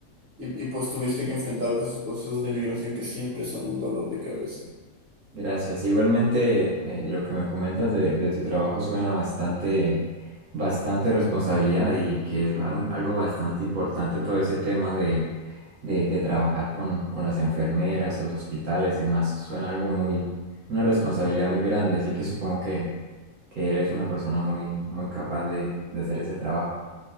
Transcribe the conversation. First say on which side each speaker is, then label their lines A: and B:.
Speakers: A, on the right; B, on the right.
A: y, y pues tuviste que enfrentarte a esos procesos de migración que siempre son un dolor de cabeza.
B: Gracias. Igualmente, eh, lo que me comentas de, de tu trabajo suena bastante, bastante responsabilidad y que es al- algo bastante importante todo ese tema de, de, de trabajar con, con las enfermeras, los hospitales y demás. Suena algo muy, una responsabilidad muy grande, así que supongo que, que eres una persona muy, muy capaz de de hacer ese trabajo.